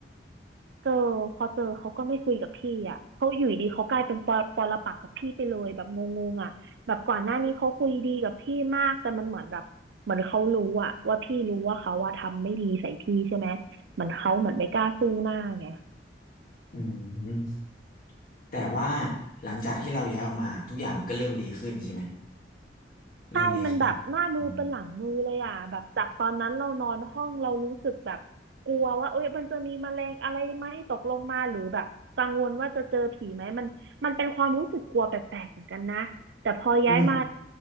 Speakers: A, on the right (about 70°); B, on the left (about 50°).
A: เจอพอเจอเขาก็ไม่คุยกับพี่อ่ะเขาอยู่ดีเขากลายเป็นปอปรปักษ์กับพี่ไปเลยแบบงงๆอ่ะแบบก่อนหน้านี้เขาคุยดีกับพี่มากแต่มันเหมือนแบบเหมือนเขารู้อ่ะว่าพี่รู้ว่าเขาว่าทำไม่ดีใส่พี่ใช่ไหมเหมือนเขาเหมือนไม่กล้าสู้หน้าไง
B: อืมแต่ว่าหลังจากที่เราย้ายออกมาทุกอย่างมันก็เริ่มดีขึ้นใช่ไหมเริ่มดีขึ้น
A: ใช่มันแบบหน้ามือเป็นหลังมือเลยอ่ะแบบจากตอนนั้นเรานอนห้องเรารู้สึกแบบกลัวว่าเอ้ยมันจะมีแมลงอะไรไหมตกลงมาหรือแบบกังวลว่าจะเจอผีไหมมันมันเป็นความรู้สึกกลัวแปลกๆเหมือนกันนะแต่พอย้ายมา
B: อืม